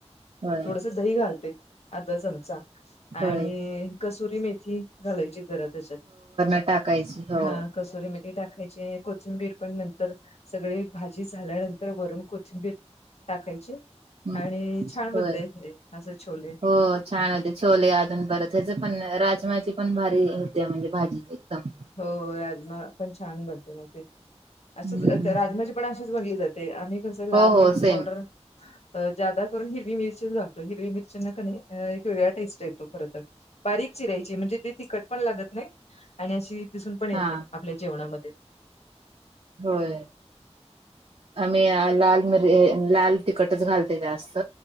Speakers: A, on the right; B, on the left.
A: ह
B: थोडस दही घालते अर्धा चमचा आणि
A: होय
B: कसुरी मेथी घालायची जरा त्याच्यात.
A: टाकायच हो
B: हा कसुरी मेथी टाकायची कोथिंबीर पण नंतर सगळी भाजी झाल्यानंतर वरून कोथिंबीर टाकायची
A: हं,
B: आणि छान
A: होय
B: <unintelligible> असे छोले
A: हो छान होते छोले अजून बरं त्याच पण राजमाची पण भारी होते म्हणजे भाजी एकदम
B: हो राजमा पण छान बनते मग ते असच
A: हम्म
B: राजमाजी पण अशीच बनली जाते ते आम्ही कसं लाल
A: हो
B: मिरच
A: हो सेम
B: पावडर जादा करून हिरवी मिरचीच घालतो हिरवी मिरची ना क एक वेगळा्या टेस्ट येतो खर तर बारीक चिरायची म्हणजे ते तिखट पण लागत नाही आणि अशी दिसून पण येत
A: हा
B: नाही आपल्या जेवणामध्ये
A: होय आ्ही लाल मि लाल तिखटच घालते जास्त